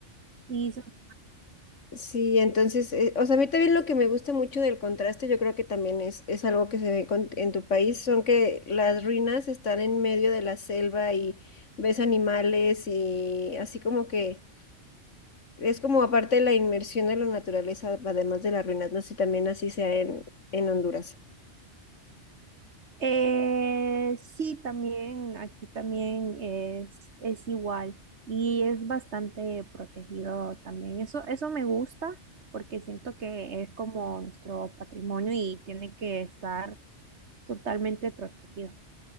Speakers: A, on the right; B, on the left.
A: Sí, son-
B: Sí, entonces, eh, o sea, a mí también lo que me gusta mucho del contraste, yo creo que también es, es algo que se ve con- en tu país, son que las ruinas están en medio de la selva y ves animales y así como que es como aparte de la inmersión en la naturaleza, además de las ruinas, no sé si también así sea en, en Honduras.
A: eh, sí, también aquí también es, es igual y es bastante protegido también. Eso, eso me gusta porque siento que es como nuestro patrimonio y tiene que estar totalmente protegido.